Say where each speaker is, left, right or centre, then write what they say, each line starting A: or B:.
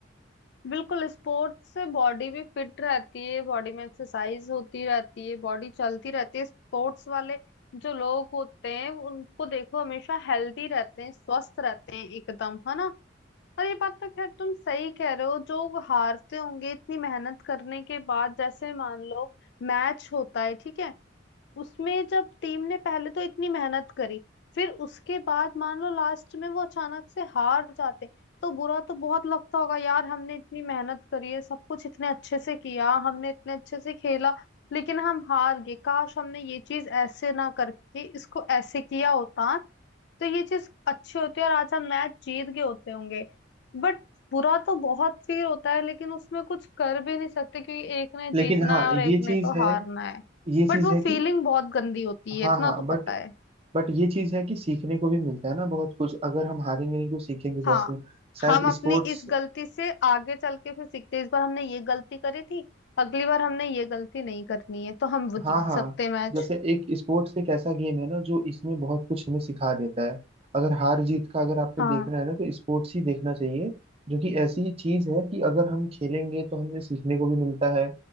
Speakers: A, on the left; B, on the right.
A: बिल्कुल स्पोर्ट्स से बॉडी भी फिट रहती है बॉडी में एक्सरसाइज होती रहती है बॉडी चलती रहती है स्पोर्ट्स वाले जो लोग होते हैं उनको देखो हमेशा हेल्दी रहते हैं स्वस्थ रहते हैं एकदम है ना और ये बात तो खैर तुम सही कह रहे हो जो हारते होंगे इतनी मेहनत करने के बाद जैसे मान लो मैच होता है ठीक है उसमें जब टीम ने पहले तो इतनी मेहनत करी फिर उसके बाद मान लो लास्ट में वो अचानक से हार जाते तो बुरा तो बहुत लगता होगा यार हमने इतनी मेहनत करी है सब कुछ इतने अच्छे से किया हमने इतने अच्छे से खेला लेकिन हम हार गए काश हमने ये चीज ऐसे ना करके इसको ऐसे किया होता तो ये चीज अच्छी होती है और आज हम मैच जीत गए होते होंगे बट बुरा तो बहुत फील होता है लेकिन उसमें कुछ कर भी नहीं सकते क्योंकि एक ने
B: लेकिन
A: जीतना
B: हाँ
A: है और एक
B: ये चीज
A: ने तो
B: है
A: हारना है
B: ये
A: बट
B: चीज
A: वो
B: है
A: फीलिंग
B: कि
A: बहुत गंदी होती है
B: हाँ
A: इतना
B: हाँ
A: तो पता
B: बट
A: है
B: बट ये चीज है कि सीखने को भी मिलता है ना बहुत कुछ अगर हम हारेंगे नहीं तो सीखेंगे
A: हाँ
B: कैसे शायद
A: हम अपनी
B: स्पोर्ट्स
A: इस गलती से आगे चल के फिर सीखते हैं। इस बार हमने ये गलती करी थी अगली बार हमने ये गलती नहीं करनी है तो हम वो जीत
B: हाँ हाँ
A: सकते हैं मैच
B: जैसे एक स्पोर्ट्स एक ऐसा गेम है ना जो इसमें बहुत कुछ हमें सिखा देता है अगर हार जीत का अगर आपको
A: हाँ
B: देखना है ना तो स्पोर्ट्स ही देखना चाहिए जो कि ऐसी चीज है कि अगर हम खेलेंगे तो हमें सीखने को भी मिलता है